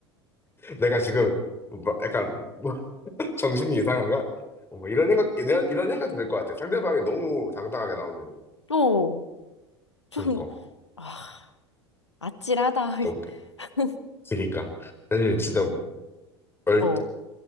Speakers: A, on the left; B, on the left.
A: 내가 지금 뭐 약간 뭐 <laughs> 정신이 이상한가? 어, 뭐 이런 생각 이런 이런 생각도 들 것 같아. 상대방이 너무 당당하게 나오면
B: 어, 좀,
A: 그니까
B: 아, 아찔하다.
A: 너무
B: <laughs>
A: 그니까 사실 진짜 얼
B: 어,